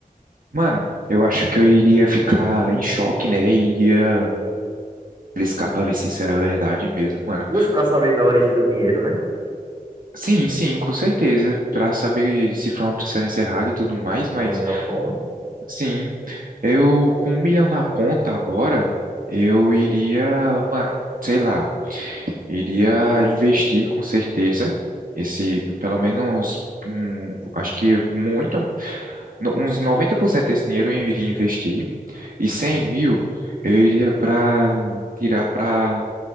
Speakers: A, on the right; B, on the right.
A: Mano, eu acho que eu iria ficar em choque, né? Iria arriscar pra ver se isso era verdade mesmo, mano.
B: Buscar saber da origem do dinheiro, né?
A: Sim, sim, com certeza. Pra saber se foi uma transferência errada e tudo mais, mas
B: Da melhor forma.
A: sim. Eu, com um milhão na conta agora, eu iria, mano, sei lá, iria investir com certeza. Esse, pelo menos, um, acho que muito. no- uns 90% desse dinheiro eu iria investir e cem
B: Sim.
A: mil eu iria para tirar para